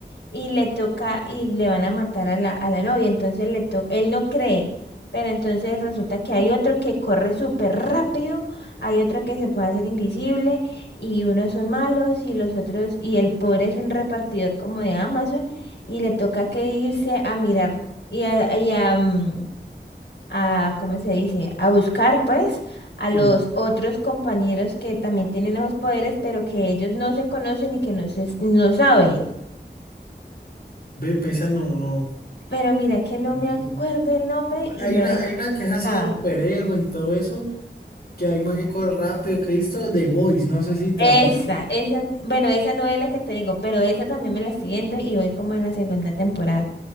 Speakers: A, on the left; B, on the left.
A: y le toca y le van a matar a la, a la novia, entonces le toca, él no cree, pero entonces resulta que hay otro que corre súper rápido, hay otro que se puede hacer invisible y unos son malos y los otros y el pobre es un repartidor como de Amazon y le toca que irse a mirar y a, y a, mm, a ¿cómo se dice? a buscar pues a
B: sí.
A: los otros compañeros que también tienen esos poderes, pero que ellos no se conocen y que no se, no saben.
B: Ve, pesa, no, no.
A: Pero mira que no me
B: sí.
A: acuerdo el nombre y
B: Hay
A: no
B: una,
A: la he encontrado.
B: hay una que es así de superhéroes y todo eso, que hay más que corre rápido, que he visto The Boys, no sé si también.
A: Esa, esa, bueno, esa no es la que te digo, pero esa también me la estoy viendo y voy como en la segunda temporada.